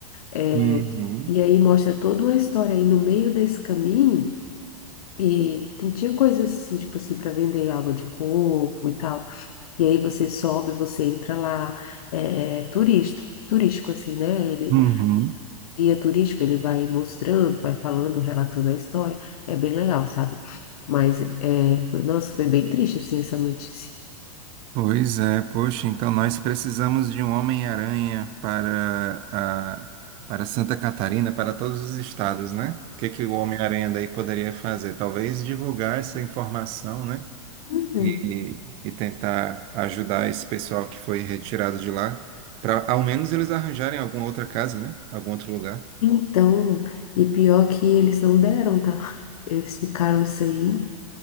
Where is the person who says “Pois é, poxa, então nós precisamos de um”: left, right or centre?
Right